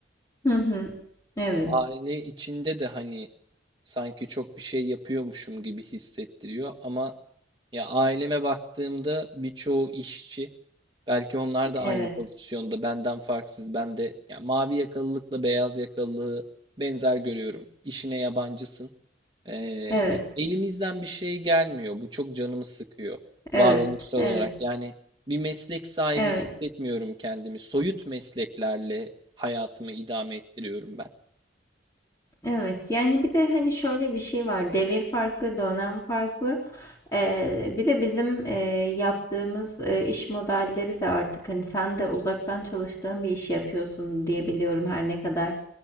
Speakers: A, on the left (about 15°); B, on the right (about 25°).
A: Hı hı. Evet.
B: Aile içinde de hani sanki çok bir şey yapıyormuşum gibi hissettiriyor ama ya aileme baktığımda birçoğu işçi belki onlar da
A: Evet.
B: aynı pozisyonda benden farksız ben de ya mavi yakalılıkla beyaz yakalılığı benzer görüyorum İşine yabancısın Ee,
A: Evet.
B: ya elimizden bir şey gelmiyor bu çok canımı sıkıyor
A: Evet.
B: varoluşsal
A: Evet.
B: olarak yani bir meslek sahibi
A: Evet.
B: hissetmiyorum kendimi soyut mesleklerle hayatımı idame ettiriyorum ben
A: Evet. Yani bir de hani şöyle bir şey var. Devir farklı, dönem farklı. Ee, bir de bizim e, yaptığımız e, iş modelleri de artık hani sen de uzaktan çalıştığın bir iş yapıyorsun diye biliyorum her ne kadar